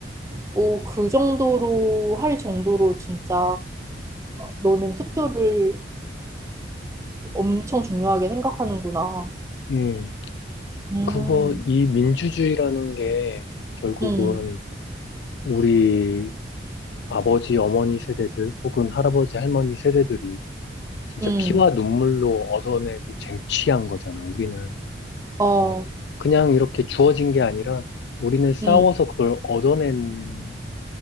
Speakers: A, on the right (about 15°); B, on the left (about 65°).
A: 오, 그 정도로 할 정도로 진짜 너는 투표를 엄청 중요하게 생각하는구나.
B: 음,
A: 음,
B: 그거 이 민주주의라는 게 결국은
A: 음,
B: 우리 아버지, 어머니 세대들 혹은 할아버지, 할머니 세대들이 진짜
A: 음,
B: 피와 눈물로 얻어내고 쟁취한 거잖아. 우리는
A: 어,
B: 그냥 이렇게 주어진 게 아니라 우리는 싸워서
A: 음.
B: 그걸 얻어낸